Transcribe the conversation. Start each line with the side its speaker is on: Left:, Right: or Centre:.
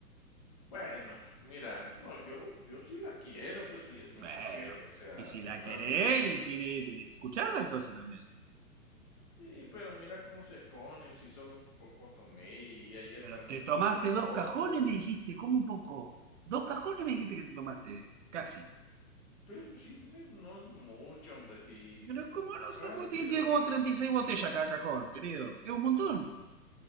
Left: Bueno, mira, no, yo yo sí la quiero, pues, si es mi
Right: Bueno,
Left: mujer, o sea,
Right: y si
Left: ¿verdad?
Right: la querés
Left: O sea,
Right: y
Left: está
Right: tiene,
Left: conmigo.
Right: tiene que escucharla entonces también.
Left: Sí, pero mira cómo se pone, si solo un poco tomé y ayer
Right: Pero
Left: también
Right: te tomaste
Left: otro
Right: dos
Left: poco,
Right: cajones,
Left: hombre.
Right: me dijiste, como un poco. Dos cajones me dijiste que te tomaste, casi.
Left: Pero si no es no es mucho, hombre, si
Right: Pero como no son,
Left: rápido,
Right: como tiene, tiene como
Left: hombre.
Right: 36 botellas cada cajón, querido. Es un montón.